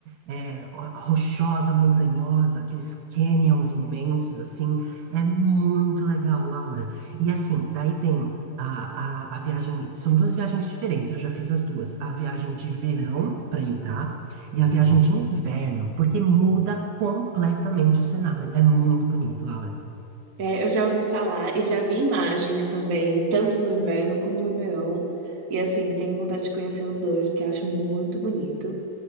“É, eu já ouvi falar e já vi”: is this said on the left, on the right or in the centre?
Right